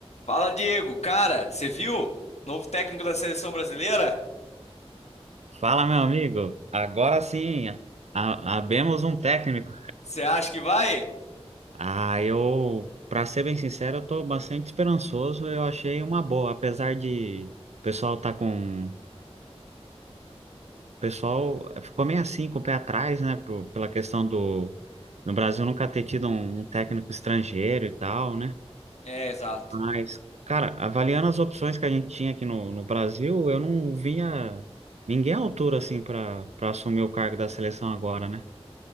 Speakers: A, on the left (about 85°); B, on the right (about 85°).
A: Fala, Diego. Cara, você viu? Novo técnico da seleção brasileira?
B: Fala, meu amigo. Agora sim, a- abemos um técnico.
A: Você acha que vai?
B: Ah, eu, para ser bem sincero, eu tô bastante esperançoso. Eu achei uma boa, apesar de o pessoal tá com, o pessoal ficou meio assim com o pé atrás, né, por- pela questão do no Brasil nunca ter tido um, um técnico estrangeiro e tal, né?
A: É, exato.
B: Mas, cara, avaliando as opções que a gente tinha aqui no, no Brasil, eu não vinha ninguém à altura assim para para assumir o cargo da seleção agora, né?